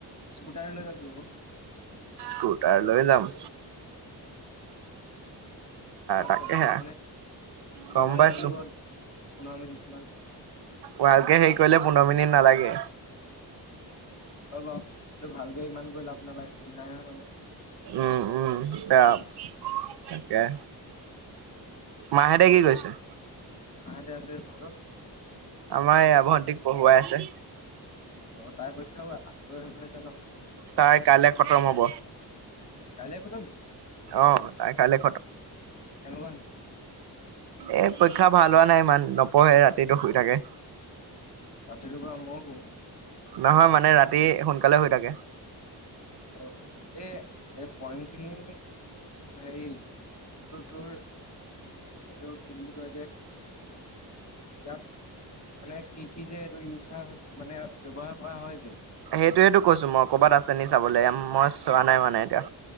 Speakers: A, on the left; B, on the right.
A: স্কুটাৰ লৈ যাবি আক
B: স্কুটাৰ লৈ যাম
A: কিমান
B: তাকেহে
A: কণনো এইকণ হে সময়
B: গম পাইছো।
A: লাগিব পোন্ধৰ মিনিট মান
B: ভালকে হেৰি কৰিলে পোন্ধৰ মিনিট নালাগে
A: হয় বাৰু কিন্তু ভালকে ইমান গৈ লাভ নালাগে নাই নহয় মানে
B: উম উম বেয়া তাকে মা হেতে কি কৈছে
A: আহতে আছে তহঁতৰ
B: আমাৰ এই আ ভণ্টীক পঢ়ুৱাই আছে
A: অ তাই পৰীক্ষা আগ হৈ আছে ন
B: তাই কাইলে খতম হব
A: কাইলে খতম নি
B: অ', তাই কাইলে
A: কেনেকুৱা হৈছে
B: এ পৰীক্ষা ভাল হোৱা নাই ইমান নপঢ়ে ৰাতিটো শুই থাকে
A: ৰাতিটো বাও মইও শু
B: নহয় মানে ৰাতি সোনকালে শুই থাকে
A: অ এই এই পইম খিনি হেৰি তোৰ তোৰ এইটো কি বুলি কয় যে ইয়াত মানে কি কি যে এইটো ইউজ কৰা মানে ব্যৱহাৰ কৰা হয় যে
B: সেইটোয়ো কৈছো মই ক'ৰবাত আছে নি চাবল মই চোৱা নাই মানে এতিয়া